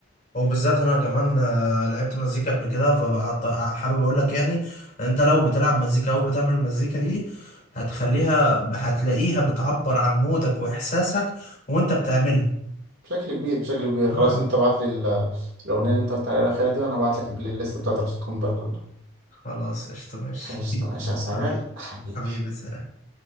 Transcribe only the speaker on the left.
وبالذات أنا كمان آه، لعبت مزيكا قبل كده فبقى ط- حابب أقول لك يعني أنت لو بتلعب مزيكا أو بتعمل مزيكا دي هتخليها هتلاقيها بتعبر عن مودك وإحساسك وأنت بتعملها
آه
خلاص قشطة ماشي
<laughs>
حبيبي
حبيبي سلام